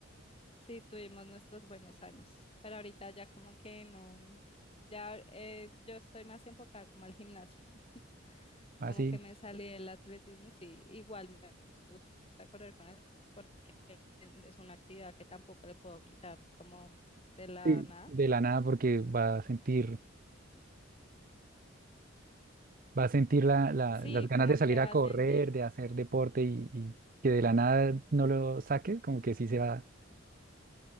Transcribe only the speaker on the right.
así
Sí.
de la nada porque va a sentir, va a sentir la- la-
las ganas
de salir
a correr,
de hacer deporte y, y que de la nada no lo saques, como que sí se va